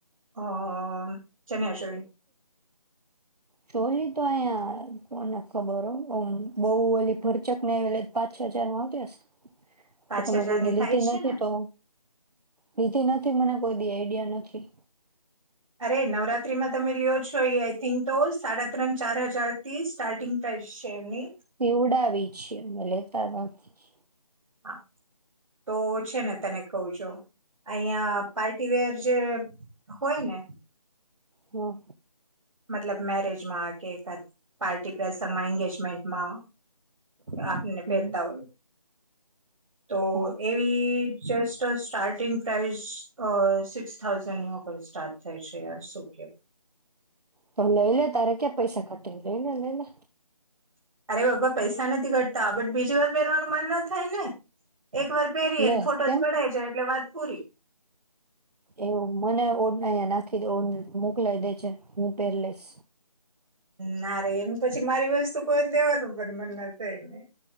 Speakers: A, on the right (about 55°); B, on the right (about 80°).
A: અહ ચણીયા ચો
B: ચોલી તો અહીંયા કોને ખબર હો, ઓમ બહુ ઓલી ભરચક ને એ લેતો પાંચ છ હજાર માં આવતી હશે.
A: પાંચ
B: તો તમે
A: હજાર
B: કોઈ દી
A: ની
B: લીધી
A: થાય
B: નથી
A: છે ને
B: તો, લીધી નથ થી મને કોઈ દી આઈડિયા નથી.
A: અરે નવરાત્રીમાં તમે લ્યો છો એ આઈ થિંક તો સાડા ત્રણ ચાર હજાર થી સ્ટાર્ટિંગ પ્રાઇસ છે એમની
B: તે ઉડાવી છે એટલે <unintelligible>
A: હા તો છે ને તને કહું જો, અહીંયા પાર્ટીવેર જે હોય ને
B: હા.
A: મતલબ મેરેજમાં કે કા પાર્ટી પ્રસંગમાં, એંગેજમેન્ટમાં આપને
B: હમ્મ
A: પહેરતા હોય. તો
B: હા
A: એવી જસ્ટ સ્ટાર્ટીંગ પ્રાઇસ અહ સિક્સ થાઉઝન્ડની ઉપર સ્ટાર્ટ થાય છે, યાર શું કેવું.
B: તો લઈ લે તારે ક્યાં પૈસા ઘટે, લઈ લે, લઈ લે.
A: અરે બાપા પૈસા નથી ઘટતા, બટ બીજુંય વાર પહેરવાનું મન ન થાય ને. એક વાર પહેરીએ
B: લે
A: ને ફોટોઝ
B: કેમ
A: પડાઈ જાય એટલે વાત પૂરી.
B: એવું મને ઓન અયા નાખી દે ઓન મોકલાય દે જે હું પેર લઈસ.
A: ના રે એમ પછી મારી વસ્તુ કોઈને દેવાનું પણ મન ના થઈને.